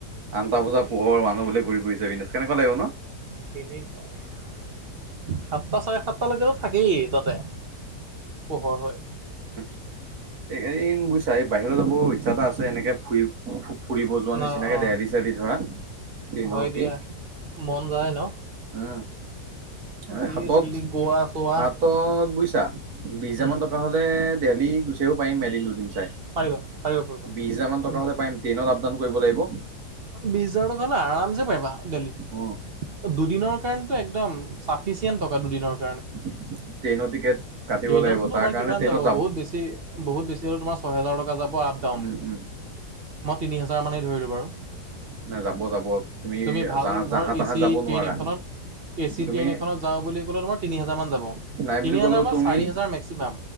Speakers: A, on the right (about 45°); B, on the right (about 60°).
A: ধেমালি
B: আনটা বজাত
A: নহয়
B: পোহৰ, মানুহ বোলে ঘূৰি ফুৰিছে বিনদাচ, কেনেকুৱা লাগিব ন'?
A: তেনেকুৱাই। সাতটা চাৰে সাতটা লৈকেো থাকেই তাতে, পোহৰ হৈ।
B: এইকাৰণে বাহিৰত যাব ইচ্ছা এটা আছে, এনেকে ফুৰি ফুৰিব যোৱা
A: ন
B: নিচিনাকে
A: অঁ
B: দেহলি চেলহি ধৰা ট্ৰেইনত
A: হয়
B: উঠি,
A: দিয়া মন যায় ন
B: উম। এই
A: দিল্লী
B: হাতত,
A: চিল্লী গোৱা চোৱা
B: হাতত বুজিছা। বিশ হাজাৰ
A: উম
B: মান টকা হ'লে, দেলহি গুচি আহিব পাৰিম এদিন দুদিন চাই।
A: পাৰিবা, পাৰিবা, পাৰিবা।
B: বিশ হাজাৰ মান হ'লে পাৰিম, টেইনত আপডাউন কৰিব লাগিব।
A: বিশ হাজাৰ টকা হ'লে আৰামছে পাৰিবা দেলহিত।
B: উম
A: দুদিনৰ কাৰণ একদম, চাফিচিয়েণ্ট টকা দুদিনৰ কাৰ
B: ট্ৰেইনৰ টিকেট কাটিব
A: ট্ৰেইনতো
B: লাগিব
A: তোম
B: তাৰ কাৰণে
A: কিমান
B: ট্ৰেইনত
A: যাব বহুত বেছি, বহুত বেছি হ'লেওঁ তোমাৰ ছহেজাৰ টকা যাব আপ ডাউন,
B: উম উম
A: মই তিনি হোজাৰ মানেই ধৰিলোঁ বাৰু।
B: নাই যাব যাব
A: তুমি ভাল
B: জাহ
A: ধৰ
B: জাহা
A: এচি
B: তাহা যাব
A: ট্ৰেইন
B: নোৱাৰা
A: এখনত এ চি
B: তুমি
A: ট্ৰেইন এখনত যাওঁ বুলি ক'লে, তোমাৰ তিনি হাজাৰ মান যাব,
B: নাই
A: তিনি
B: বুলি
A: হাজাৰ
B: ক'লেও
A: বা চাৰি
B: তুমি,
A: হাজাৰ মেক্সিমাম